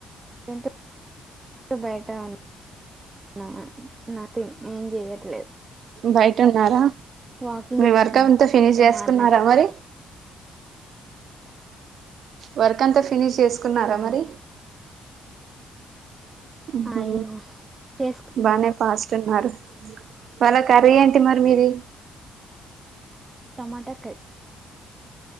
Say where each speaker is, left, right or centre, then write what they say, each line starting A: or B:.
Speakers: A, on the right; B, on the right.
A: ఏంటో బయట ఉన్న నాను నథింగ్ ఏం చెయట్లేదు
B: బయటున్నారా
A: వాకింగ్
B: మీ
A: చేస్తున్నా
B: వర్క్ అంత ఫినిష్
A: మీతో
B: చేస్కున్నారా
A: మాట్లాడుతూ
B: మరి వర్క్ అంతా ఫినిష్ చేసు కున్నారా
A: ఆ
B: మరి ఉహు
A: ఆయింది చేసు
B: బానే ఫాస్ట్ ఉన్నారు ఇవ్వాళ కర్రీ ఏంటి మరి మీది
A: టమాటా కర్రీ